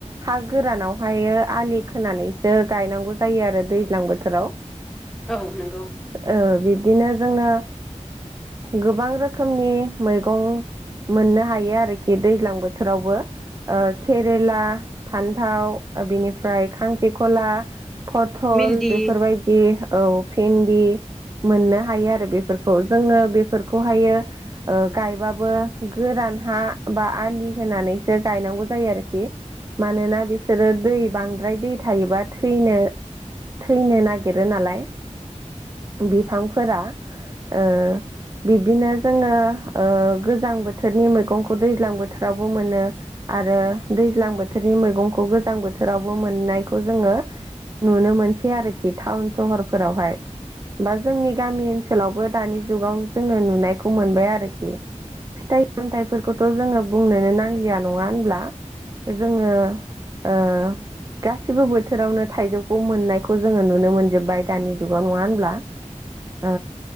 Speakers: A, on the right; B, in the centre.
A: हा गोरानावहायो आलि खोनानैसो गायनांगौ जायो आरो दैज्लां बोथोराव। <inaudible>
B: औ नंगौ
A: ओ-बिब्दिनो जोङो गोबां ओ-रोखोमनि मैगं मोननो हायो आरोखि दैज्लां बोथोरावबो। केरेला फान्थाव बिनिफ्राय खांख्रिखला। पटल
B: भिन्दि
A: बेफोरबायदि औ भन्दि। मोननो हायो आरो बेफोरखौ जोंङो बेफोरखौहायो। ओ गायबाबो गोरान हा बा आलि होनानैसो गायनांगौ। जायो आरोखि मानोना बिसोरो दै बांद्राय दै थायोबा थैनो। थैनो नागिरो नालाय बिफांफोरा ओ बिब्दिनो जोंङो ओ-गोजां बोथोरनि मैगंखौ दैज्लां बोथोरावबो मोनो। आरो दैज्लां बोथोरनि मैगंखौ गोजां बोथोरावबो मोननायखौ जोंङो। नुनो मोनसै आरोखि टाउन सहरफोरावहाय। बा जोंनि गामि ओनसोलावबो दानि जुगाव जोंङो नुनायखौ मोनबाय आरोखि। फिथाइ सामथाइफोरखौथ जोंङो बुंनोनो नांलिया नंङा होन ब्ला जोंङो ओ गासिबो बोथोरावनो थाइजौखौ मोननायखौ जोंङो नुनो मोनजोब्बाय दानि जुगाव नंङा होनोमब्ला। ओ